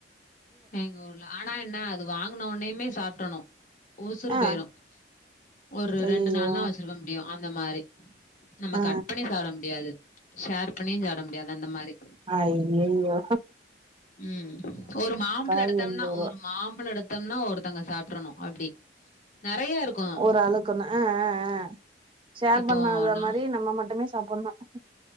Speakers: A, on the left; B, on the right.
A: எங்க ஊர்ல ஆனா என்ன அது வாங்கன உனுமே சாப்படணும் உசுறு
B: ஆ
A: போய்ரும் ஒரு
B: ஐயையோ
A: ரெண்டு நாள் தான் வச்சுருக்க முடியும் அந்த மாரி நம்ம
B: ஆ
A: கட் பண்ணி சாப்பட முடியாது ஷேர் பண்ணியும் சாப்ட முடியாது அந்த மாரி
B: ஐயய்யோ
A: ம் ஒரு மாம்பழம்
B: அது
A: எடுத்தம்னா
B: எண்பது ரூவா
A: ஒரு மாம்பழம் எடுத்தோம்னா ஒருத்தங்க சாப்படணும் அப்டி நெறைய இருக்கும்.
B: ஒரு ஆளுக்குன்னா ஆ ஆ ஆ ஷேர்
A: இப்போ
B: பண்ணாத
A: நா
B: மாரி நம்ம மட்டுமே சாப்டணும்